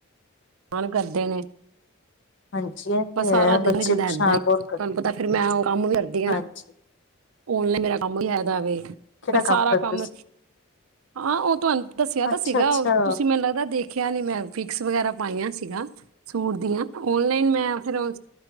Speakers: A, on the right (about 80°); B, on the left (about 60°).
A: ਮਣ ਕਰਦੇ ਨੇ
B: ਹਾਂਜੀ ਇਹ ਤੇ
A: ਬਸ ਸਾਰਾ
B: ਹੈ
A: ਦਿਲ
B: ਬੱਚੇ
A: ਹੁੰਦਾ
B: ਪਰੇਸ਼ਾਨ
A: ਏਦਾਂ ਹੀ,
B: ਬਹੁਤ
A: ਤੁਹਾਨੂੰ
B: ਕਰਦੇ
A: ਪਤਾ ਫਿਰ ਮੈਂ ਉਹ ਕੰਮ ਕਰਦੀ ਹੈ
B: ਹਾਂਜੀ।
A: ਨਾ। ਉਨਲਾਇਨ ਮੇਰਾ ਕੰਮ ਵੀ ਹੈਦਾਵੇ।
B: ਕਿਹੜਾ
A: ਫਿਰ ਸਾਰਾ
B: ਕਰਦੇ
A: ਕੰਮ
B: ਸੀ?
A: ਹਾਂ, ਉਹ ਤੁਹਾਨੂੰ ਦੱਸਿਆ ਤਾਂ
B: ਅੱਛਾ,
A: ਸੀਗਾ,
B: ਅੱਛਾ,
A: ਉਹ ਤੁਸੀਂ ਮੈਨੂੰ ਲੱਗਦਾ ਦੇਖਿਆ ਨੀ, ਮੈਂ ਫਿਕਸ ਵਗੈਰਾ ਪਾਈਆਂ। ਸੀਗਾ ਸੂਟ ਦੀਆਂ ਉਨਲਾਈਨ ਮੈਂ ਰੋ